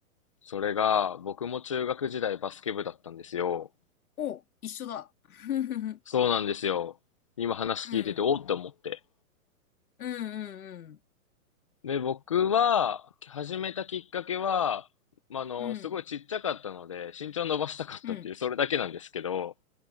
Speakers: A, on the left; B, on the left.
A: それが僕も中学時代バスケ部だったんですよ。
B: お、一緒だ。<laughs> うん、
A: そうなんですよ。今話聞いてておーっと思って。
B: うん、うん、
A: で、僕は、始めたきっかけは、まあ、あの、
B: うん、うん、
A: すごいちっちゃかったので、身長伸ばしたかったっていう、
B: うん。
A: それだけなんですけど、